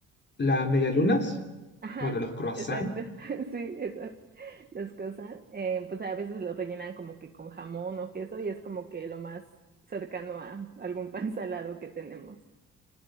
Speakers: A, on the left (about 35°); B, on the right (about 30°).
A: las medialunas,
B: Ajá,
A: bueno, los croissants,
B: exacto. <laughs> Sí, eso. Los cosan. eh, pues a veces lo rellenan como que con jamón o queso y es como que lo más cercano a algún <laughs> pan salado que tenemos.